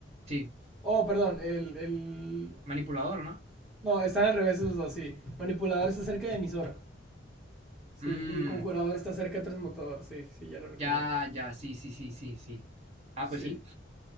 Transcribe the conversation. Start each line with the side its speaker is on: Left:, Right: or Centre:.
Right: Sí.
Centre: Oh, perdón, el, el...
Right: Manipulador, ¿no?
Centre: No, están al revés esos dos, sí. Manipulador está cerca de emisor. Sí,
Right: Mm,
Centre: y conjurador está cerca de transmutador, sí, sí, ya lo recordé.
Right: ya, ya, sí, sí, sí, sí, sí. Ah,
Centre: Sí,
Right: pues sí,